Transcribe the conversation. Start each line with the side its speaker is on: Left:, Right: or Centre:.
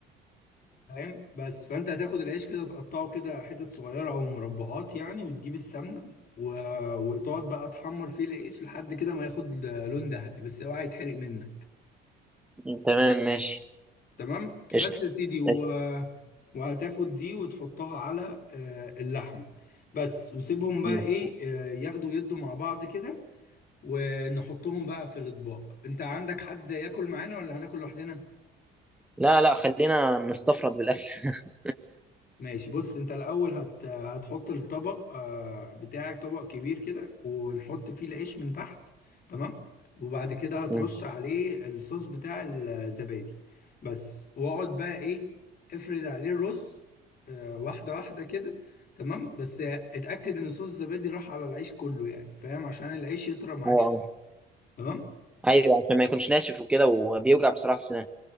Left: فاهم بس فانت هتاخد العيش كده تقطعه كده حتت صغيره او مربعات يعني وتجيب السمنه و... وتقعد بقى تحمر فيه العيش لحد كده ما ياخد لون ذهبي بس اوعى يتحرق منك
Centre: مم. تمام ماشي
Left: تمام
Centre: قشطة
Left: بس يا سيدي و...
Centre: قشطة.
Left: وهتاخد دي وتحطها على آه، اللحمه بس وسيبهم بقى
Centre: مم.
Left: ايه آه، ياخدوا يدوا مع بعض كده ونحطهم بقى في الاطباق انت عندك حد ياكل معانا ولا هناكل لوحدنا
Centre: لا لا خلينا نستفرد بالأكل <laughs>
Left: ماشي بص انت الاول هت... هتحط الطبق آه، بتاعك طبق كبير كده ونحط فيه العيش من تحت تمام وبعد كده هترش
Centre: مم.
Left: عليه الصوص بتاع الزبادي بس واقعد بقى ايه افرد عليه الرز آه، واحدة واحدة كده تمام بس اتأكد ان صوص الزبادي راح على العيش كله يعني فاهم عشان العيش يطرى معاك
Centre: اه آه.
Left: شوية تمام
Centre: ايوه عشان ما يكونش ناشف وكده وبيوجع بصراحة السنان